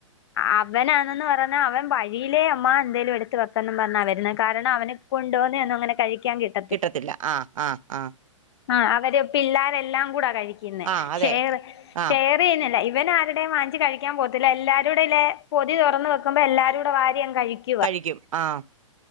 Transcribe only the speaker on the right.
കിട്ടത്തില്ല ആഹ് ആഹ് ആഹ്
ആഹ് അതെ
ആഹ്
കഴിക്കും ആഹ്